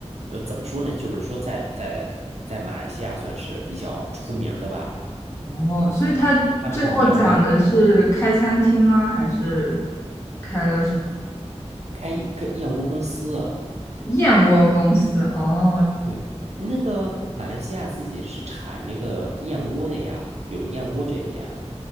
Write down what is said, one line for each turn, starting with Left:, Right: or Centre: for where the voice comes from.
Right: 呃怎么说呢，就是说在在在马来西亚算是比较出名的吧，
Left: 哦，所以他最后讲的是开餐厅吗？
Right: 他们叫娘惹菜，
Left: 还是开了什么
Right: 开一开燕窝公司啊。
Left: 燕窝公司？哦，
Right: 对，那个马来西亚自己是产那个燕窝的呀，有燕窝这边。